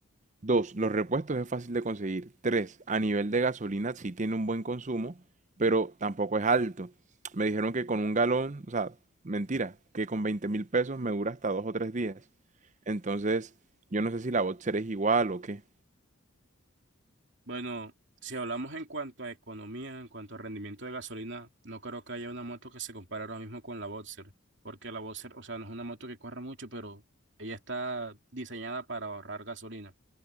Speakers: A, on the right (about 35°); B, on the right (about 55°).
A: Dos, los repuestos es fácil de conseguir. Tres, a nivel de gasolina sí tiene un buen consumo, pero tampoco es alto. Me dijeron que con un galón, o sea, mentira, que con veinte mil pesos me dura hasta dos o tres días. Entonces, yo no sé si la Boxer es igual o qué.
B: bueno, si hablamos en cuanto a economía, en cuanto a rendimiento de gasolina, no creo que haya una moto que se compare ahora mismo con la Boxer, porque la Boxer, o sea, no es una moto que corra mucho, pero ella está diseñada para ahorrar gasolina.